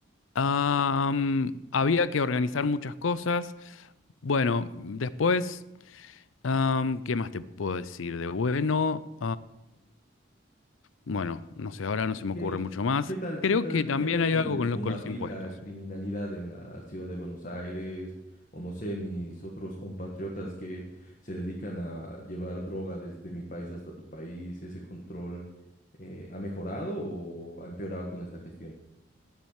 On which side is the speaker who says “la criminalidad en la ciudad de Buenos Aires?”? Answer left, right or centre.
Left